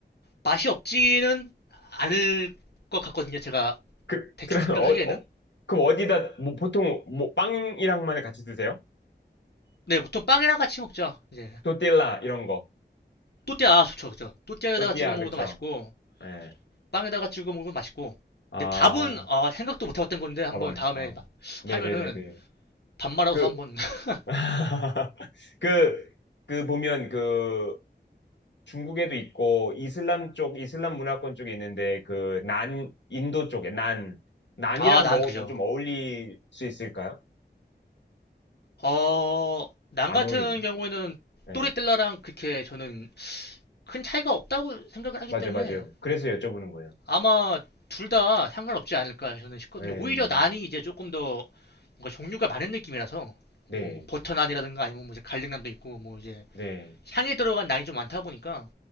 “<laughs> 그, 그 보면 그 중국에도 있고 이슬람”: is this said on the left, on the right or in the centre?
Left